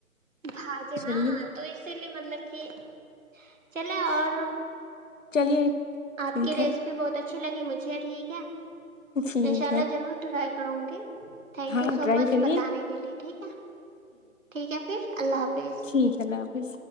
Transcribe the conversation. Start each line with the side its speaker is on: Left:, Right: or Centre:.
Right: بھاجی
Left: چلیے
Right: ہاں تو اسی لیے مطلب کہ چلے اور
Left: چلیے
Right: آپ
Left: ٹھیک
Right: کی ریسیپی
Left: ہے
Right: بہت اچھی اچھی لگی مجھے ٹھیک ہے
Left: ٹھیک
Right: انشاء اللہ
Left: ہے
Right: ضرور ٹرائے کروں گی تھینک
Left: ہاں
Right: یو سو
Left: ٹرائی
Right: مچ
Left: کریے
Right: بتانے کے لیے ٹھیک ہے ٹھیک ہے پھر اللہ حافظ
Left: ٹھیک ہے اللہ حافظ